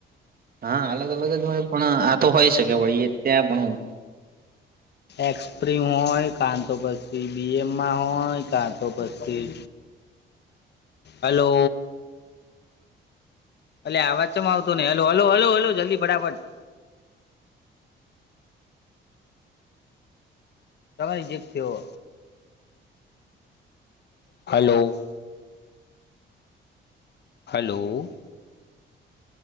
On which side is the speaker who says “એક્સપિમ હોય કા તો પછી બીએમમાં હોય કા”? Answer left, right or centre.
Left